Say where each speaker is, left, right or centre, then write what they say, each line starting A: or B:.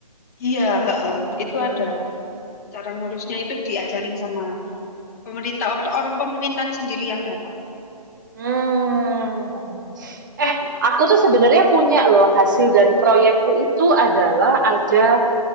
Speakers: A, on the left (about 25°); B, on the right (about 30°).
A: iya heeh, itu
B: Hmm.
A: ada Cara ngurusnya itu diajarin sama pemerintah, orang pemerintahan sendiri yang datang.
B: Hmm. Eh, aku tuh sebenarnya punya loh hasil dari proyekku itu adalah ada